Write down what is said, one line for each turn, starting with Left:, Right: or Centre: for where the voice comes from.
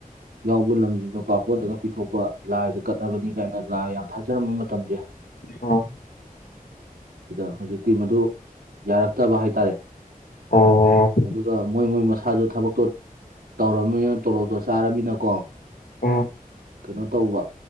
Right: ꯌꯥꯎꯕ ꯂꯝꯁꯤꯡꯗꯣ ꯕꯥꯃꯣꯟꯗꯒ ꯄꯤꯊꯣꯛꯄ ꯂꯥꯏꯗ ꯀꯠꯂꯕꯅꯤ ꯀꯥꯏꯅ ꯂꯥꯏ ꯌꯥꯝ ꯊꯥꯖꯔꯝꯕ ꯃꯇꯝꯁꯦ
Left: ꯑ
Right: ꯁꯤꯗ ꯍꯧꯖꯤꯛꯇꯤ ꯃꯗꯨ ꯌꯥꯔꯛꯇꯕ ꯍꯥꯏꯇꯥꯔꯦ
Left: ꯑꯣ
Right: ꯑꯗꯨꯒ ꯃꯣꯏ ꯃꯣꯏ ꯃꯁꯥ ꯁꯥꯗꯣ ꯊꯕꯛꯇꯣ ꯇꯧꯔꯃꯤꯅ ꯇꯣꯂꯣꯞꯇꯣ ꯆꯥꯔꯝꯅꯤꯅꯀꯣ
Left: ꯎꯝ
Right: ꯀꯩꯅꯣ ꯇꯧꯕ